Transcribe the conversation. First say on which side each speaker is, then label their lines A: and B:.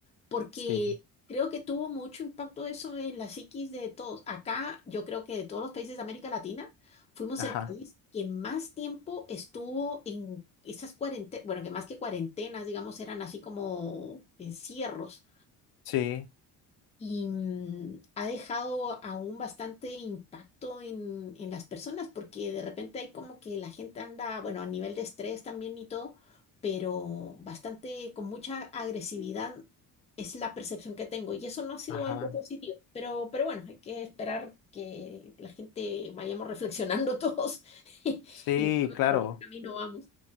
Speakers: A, on the left; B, on the left.
A: porque
B: Sí.
A: creo que tuvo mucho impacto eso en la psiquis de todos. Acá, yo creo que de todos los países de América Latina, fuimos
B: Ajá.
A: el país que más tiempo estuvo en esas cuarentenas, bueno, que más que cuarentenas, digamos, eran así como encierros
B: Sí.
A: y mm, ha dejado aún bastante impacto en, en las personas, porque de repente hay como que la gente anda, bueno, a nivel de estrés también y todo, pero bastante con mucha agresividad es la percepción que tengo y eso no ha sido
B: Ajá.
A: algo positivo, pero, pero bueno, hay que esperar que la gente vayamos reflexionando <laughs> todos
B: Sí,
A: y veamos
B: claro.
A: por qué camino vamos.